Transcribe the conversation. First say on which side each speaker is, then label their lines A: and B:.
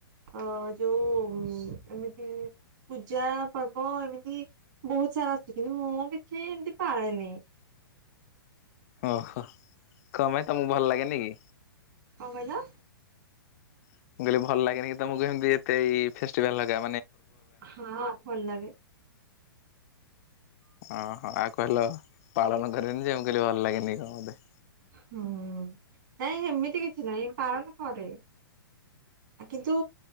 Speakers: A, on the right; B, on the left.
A: ଅ ଯୋଉ ଏମିତି, ପୂଜା ପର୍ବ ଏମିତି ବହୁତ ସାରା ଅଛି। କିନ୍ତୁ ମୁଁ କିଛି ଏମିତି ପାଳେନି।
B: ଓହୋ। କଣ ପାଇ ତମକୁ ଭଲ ଲାଗେନି କି?
A: କଣ କହିଲ?
B: ମୁଁ କହିଲି ଭଲ ଲାଗେନି କି ତମକୁ କେମିତି ଏତେ ଏଇ ଫେଷ୍ଟିଭାଲ ହକା?
A: ହଁ, ଭଲ ଲାଗେ।
B: ଓହୋ। ଆଉ କହିଲ ପାଳନ କରେନି ଯେ ମୁଁ କହିଲି ଭଲ ଲାଗେନି କଣ ବୋଧେ।
A: ହୁଁ। ନାଇଁ ହେମିତି କିଛି ନାଇଁ ପାଳନ କରେ। କିନ୍ତୁ